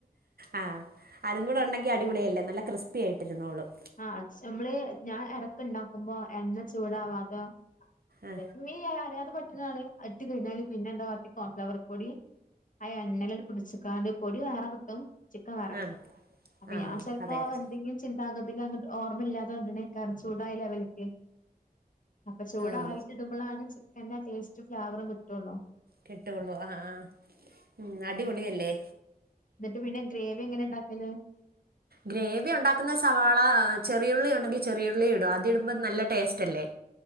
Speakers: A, on the right; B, on the left.
A: അ അതുകൂടെ ഉണ്ടെങ്കിൽ അടിപൊളി അല്ലേ നല്ല ക്രിസ്പി ആയിട്ട് നിന്നോളും
B: അ നമ്മള് ഇടക്ക് ഉണ്ടാക്കുമ്പോ എണ്ണ ചൂടാവാതെ
A: ആ
B: <unintelligible> അറിയാതെ പറ്റി <unintelligible> ഇട്ട് കഴിഞ്ഞാൽ പിന്നെ എന്താ കാട്ട കോൺഫ്ലവർ പൊട്ടി ആ എണ്ണല് പിടിച്ച് കാണ്ട് പൊടി വേറെ കിട്ടും ചിക്കൻ വേറെ
A: ആ
B: കിട്ടും അപ്പം
A: ആ
B: ഞാൻ സ്വല്പം
A: അതെ അതെ
B: ചിന്താഗതി ന്നിട്ട് ഓർമയില്ലാതെ ആയ <unintelligible> കറച്ചൂതായ ലെവൽക് അപ്പ ചൂടായിട്ട്
A: ആ
B: ഇടുമ്പോളാണ് ച് ആ ടേസ്റ്റും ഫ്ലേവറും കിട്ടുള്ളൂ
A: കിട്ടുള്ളു ആ ആഹ് അടിപൊളിയല്ലേ
B: എന്നിട്ട് പിന്നെ ഗ്രേവി എങ്ങനെ ഇണ്ടാക്കല്
A: ഗ്രേവി ഉണ്ടാകുന്നത് സവാള ച് ചെറിയുള്ളി ഉണ്ടെങ്കിൽ ചെറിയുള്ളിയിടും അതിടുമ്പോൾ നല്ല ടെസ്റ്റല്ലേ